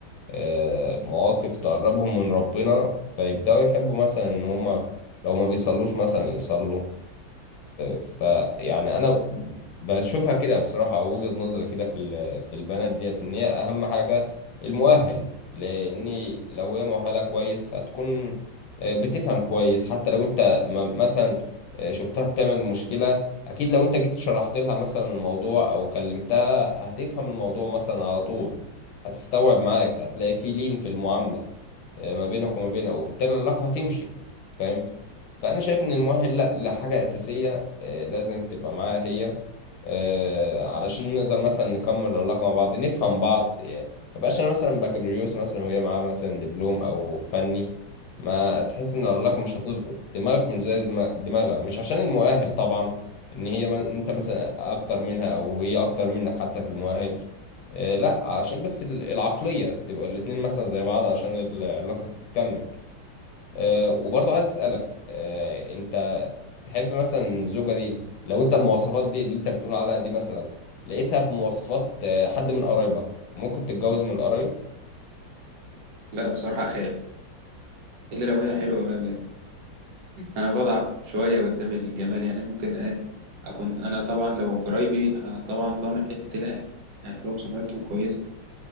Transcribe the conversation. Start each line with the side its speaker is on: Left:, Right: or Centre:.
Left: آه، مواقف تقربهم من ربنا فيبدأوا يحبوا مثلا ان هم لو ما بيصلوش مثلا يصلوا فيعني انا بشوفها كده بصراحه او وجهه نظري كده في ال- في البنات ديت ان هي اهم حاجه المؤهل لان لو هي مؤهله كويس هتكون آه، بتفهم كويس حتى لو انت م- مثلا آه، شفتها بتعمل مشكله اكيد لو انت جيت شرحت لها مثلا الموضوع او كلمتها هتفهم الموضوع مثلا على طول هتستوعب معاك هتلاقي في لين في المعامله آه، ما بينك وما بينها وبالتالي العلاقه هتمشي فاهم فانا شايف ان المؤهل لا لحاجه اساسيه آه، لازم تبقى معاها هي آه، علشان نقدر مثلا نكمل العلاقه مع بعض نفهم بعض يعني ما بقاش انا مثلا بكالوريوس مثلا وهي معاها مثلا دبلوم او فني ما تحس ان العلاقه مش هتظبط دماغك مش زي زما- دماغها مش عشان المؤهل طبعا ان هي ما انت مثلا اكتر منها او هي اكتر منك حتى في المؤهل آه، لا علشان بس ال- العقليه تبقى الاتنين مثلا زي بعض عشان العلاقه تكمل آه، وبرضه عايز اسالك آه، انت تحب مثلا الزوجه دي لو انت المواصفات دي اللي انت بتقول عليها دي مثلا لقيتها في مواصفات آه، حد من قرايبك ممكن تتجوز من القرايب
Right: لا بصراحه اخاف الا لو هي حلوه بقى بجد انا بضعف شويه قدام الجمال يعني ممكن ايه اكون انا طبعا لو قرايبي انا طبعا ضامن حته الاهل يعني لهم سمعتهم كويس